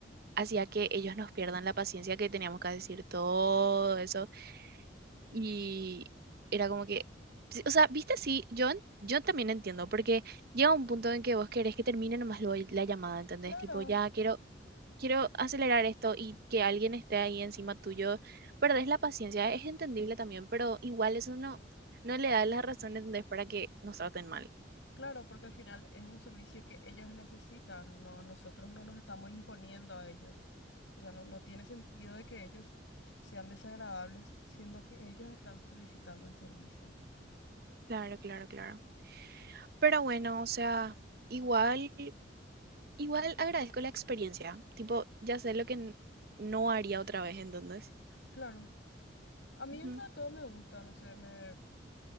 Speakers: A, on the right; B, on the left.
A: hacía que ellos nos pierdan la paciencia que teníamos que decir todo eso. Y era como que, sí, o sea, viste, sí, yo, en- yo también entiendo, porque llega un punto en que vos querés que termine nomás lo- la llamada, ¿entendés?
B: Claro,
A: Tipo, ya quiero, quiero acelerar esto y que alguien esté ahí encima tuyo. Perdés la paciencia, es entendible también, pero igual eso no, no le da la razón, ¿entendés? Para que nos traten mal.
B: claro, porque al final es un servicio que ellos necesitan, no, nosotros no nos estamos imponiendo a ellos, o sea, no, no tiene sentido de que ellos sean desagradables, siendo que ellos están solicitando el servicio.
A: Claro, claro, claro. Pero bueno, o sea, igual, igual agradezco la experiencia. Tipo, ya sé lo que n- no haría otra vez, ¿entendés?
B: Claro. A mí
A: Ujú,
B: dentro de todo me gusta, no sé, me,